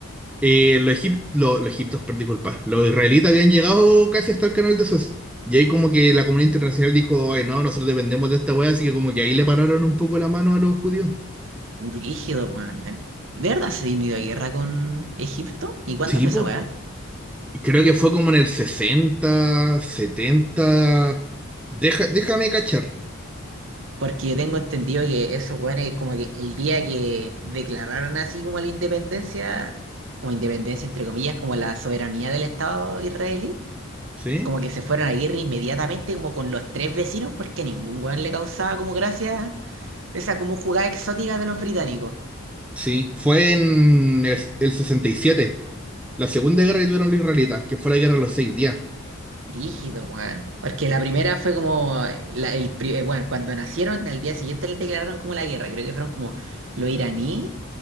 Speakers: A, in the centre; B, on the right (about 60°).
A: eh, los, egip- lo- los egipcios, per- disculpa, los israelitas habían llegado casi hasta el canal de Suez. Y ahí como que la comunidad internacional dijo, ay, no, nosotros dependemos de esta wea, así que como que ahí le pararon un poco la mano a los judíos.
B: brígido, weón. Eh, ¿De verdad se vino a guerra con Egipto? ¿Y cuándo
A: Sí,
B: fue
A: pues.
B: esa weá?
A: Y Creo que fue como en el 60 setenta Deja- déjame cachar,
B: Porque yo tengo entendido que esos weones, como que el día que declararon así como la independencia, como independencia entre comillas, como la soberanía del Estado israelí,
A: ¿sí?
B: como que se fueron a guerra inmediatamente, como con los tres vecinos, porque a ningún weón le causaba como gracia esa como jugada exótica de los británicos.
A: Sí, fue en el, el 67 la segunda guerra que tuvieron los israelitas, que fue la guerra de los seis días,
B: Rígido, weón. Porque la primera fue como, eh, la, el, pri- eh, bueno, cuando nacieron, al día siguiente les declararon como la guerra. Creo que fueron como los iraní